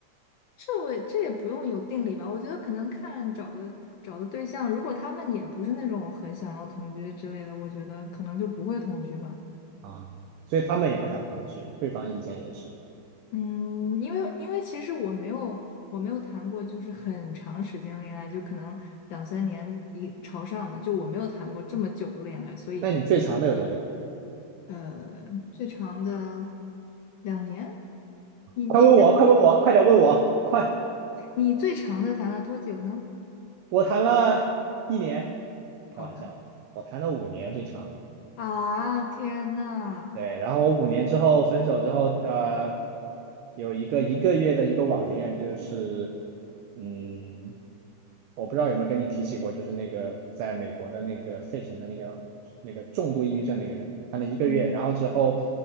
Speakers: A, on the left; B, on the right.
A: 这我这也不用有定理吧？我觉得可能看找的找的对象，如果他们也不是那种很想要同居之类的，我觉得可能就不会同居吧。
B: 啊。所以他们也不想同居，对方意见也是。
A: 嗯，因为因为其实我没有我没有谈过就是很长时间恋爱，就可能两三年一朝上的，就我没有谈过这么久的恋爱，所以。
B: 那你最长的有多久？
A: 呃，最长的两年，你一年多，
B: 快问我，快问我，快点问我，快！
A: 你最长的谈了多久呢？
B: 我谈了一年，
A: 好吧，
B: 开玩笑的我谈了五年最长。
A: 啊，天呐，
B: 对，然后我五年之后分手之后，呃，有一个一个月的一个网恋，就是，嗯，我不知道有没有跟你提起过，就是那个在美国的那个费城的那个那个重度抑郁症那个人，他那一个月，
A: 嗯，
B: 然后之后，